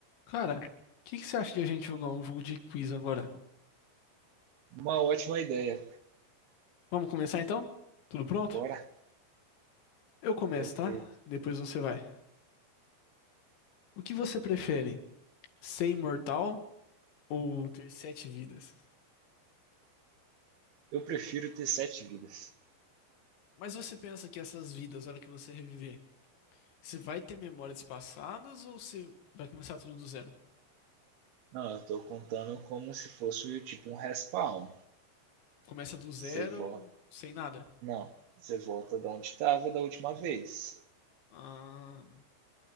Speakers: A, on the left; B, on the right.
A: Cara, o que que você acha de a gente jogar um jogo de quiz agora?
B: Uma ótima ideia.
A: Vamos começar então? Tudo pronto?
B: Bora.
A: Eu começo,
B: Perfeito.
A: tá? Depois você vai. O que você prefere? Ser imortal ou ter sete vidas?
B: Eu prefiro ter sete vidas.
A: Mas você pensa que essas vidas, a hora que você reviver, você vai ter memórias passadas ou você vai começar tudo do zero?
B: Não, eu tô contando como se fosse tipo um respawn.
A: Começa do
B: Você
A: zero,
B: volta.
A: sem nada.
B: Não, você volta de onde estava da última vez.
A: Ah,